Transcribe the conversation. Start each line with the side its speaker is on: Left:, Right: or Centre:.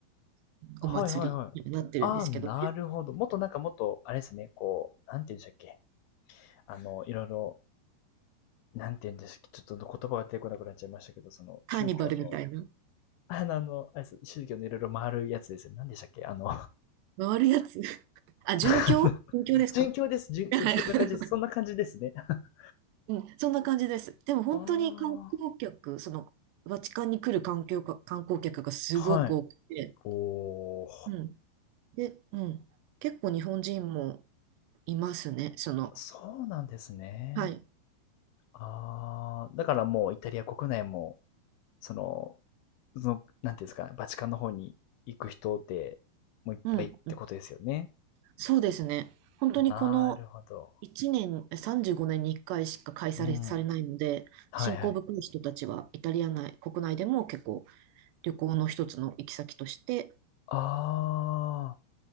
Left: はいはいはい。
Right: お祭りになってるんですけど、
Left: ああ、なるほど。もっとなんかもっと、あれですね、こう、なんて言うんでしたっけ。あの、いろいろ、なんて言うんでしたっけ。ちょっと言葉が出てこなくなっちゃいましたけど、その、宗教の、
Right: カーニバルみたいな、
Left: あの、あのあれです宗教のいろいろ回るやつですよ。なんでしたっけあの
Right: 回るやつ。<laughs> あ、殉教殉教ですか
Left: <laughs> 殉教です。殉そんな感じです。
Right: はい。<laughs>
Left: そんな感じですね。<laughs>
Right: うん、そんな感じです。でも本当に観光客、
Left: ああ。
Right: そのバチカンに来る観光客、観光客がすごく多くて、
Left: はい。おー。
Right: うん。で、うん。結構日本人もいますね、その。
Left: そうなんですね。
Right: はい。
Left: ああ。だからもうイタリア国内も、その、その、なんていうんですかね、バチカンの方に行く人でもういっぱいってことですよね。
Right: うん、うん。そうですね。本当にこの
Left: なるほど。
Right: 1年、35年に1回しか開催され、
Left: うん。
Right: されないので、
Left: はいはい。
Right: 新興部い人たちはイタリア内、国内でも結構旅行の一つの行き先として、
Left: ああ。